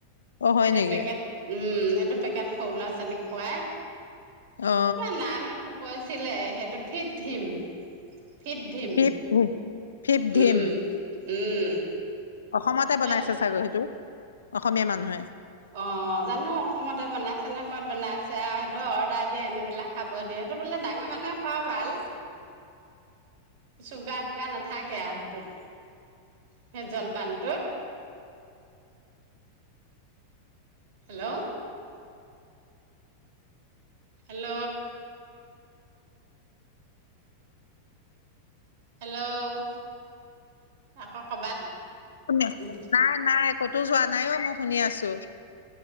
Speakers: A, on the left (about 70°); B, on the right (about 50°).
A: অ হয়
B: সেই
A: নেকি
B: পেকেট উম সে টো পেকেট সৰু ল'ৰা ছোৱালী খুৱাই,
A: অ
B: কিবা নাম মনতটো কৈছ চছিলে সেইটো ফিট থিম ফিথ ভিম
A: ফিপ ফিপ ধিম
B: উম উম।
A: অসমতে বনাইছে
B: এ
A: ছাগৈ সেইটো। অসমীয়া মানুহে।
B: অ'জানো অসমতে বনাইছে নে ক'ত বনাইছে। আৰু সেইটো অৰ্ডাৰ দি আনি পেলাই খাব দিয়ে। সেইটো বোলে ডাঙৰ মানুহে খুৱা ভাল চুগাৰ-তুগাৰ নাথাকে আৰু সেইটোত সেই জলপানটোত। হেল্ল'। হেল্ল'। হেল্ল' আকৌ কৰবাত
A: কোনে
B: <unintelligible>
A: নাই নাই কতো যোৱা নাই অ' মই শুনি আছো।